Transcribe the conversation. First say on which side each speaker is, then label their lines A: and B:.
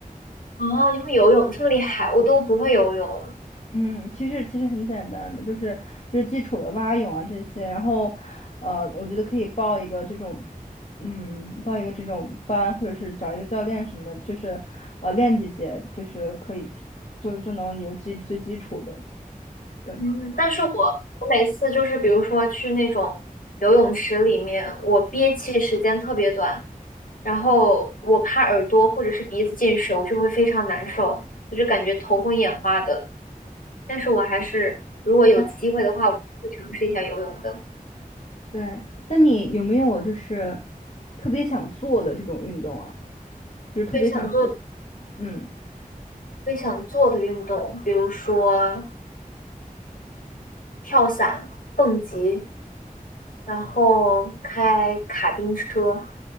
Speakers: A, on the left (about 65°); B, on the left (about 50°).
A: 啊，你会游泳，这么厉害，我都不会游泳。
B: 嗯，其实其实很简单的，就是就是基础的蛙泳啊这些，然后，呃，我觉得可以报一个这种，嗯，报一个这种班，或者是找一个教练什么的，就是，呃，练几节，就是可以，就就能有基最基础的。对，
A: 嗯，但是我我每次就是比如说去那种游泳池里面，我憋气时间特别短，然后我怕耳朵或者是鼻子进水，我就会非常难受，我就感觉头昏眼花的。但是我还是如果有机会的话，
B: 啊
A: 我会尝试一下游泳的。
B: 对。那你有没有就是特别想做的这种运动啊？就是特别想学，
A: 最想做
B: 嗯
A: 最想做的运动，比如说跳伞、蹦极，然后开卡丁车，